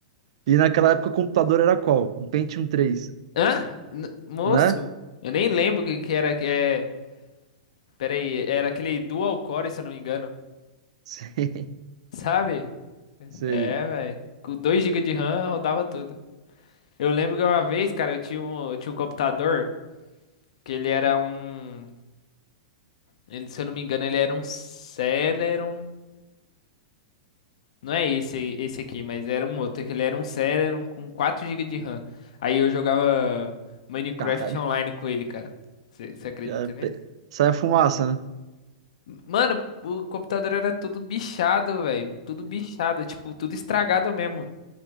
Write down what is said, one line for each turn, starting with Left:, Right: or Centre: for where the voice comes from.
Right: E naquela época o computador era qual? Um Pentium três
Left: Hã? N- moço,
Right: né?
Left: eu nem lembro o que, que era que é. Pera aí, era aquele dual core, se eu não me engano.
Right: <laughs> Sei,
Left: Sabe?
Right: sei.
Left: É, velho. Com 2 gigas de RAM rodava tudo. Eu lembro que uma vez, cara, eu tinha um, eu tinha um computador que ele era um. ele- se eu não me engano, ele era um Celeron. Não é esse aí, esse aqui, mas era um outro, que ele era um Celeron com 4 gigas de RAM. Aí eu jogava Minecraft
Right: Caralho.
Left: online com ele, cara. Você acredita
Right: É,
Left: nisso?
Right: pe- Sai a fumaça, né?
Left: Mano, o computador era tudo bichado, velho. Tudo bichado, tipo, tudo estragado mesmo.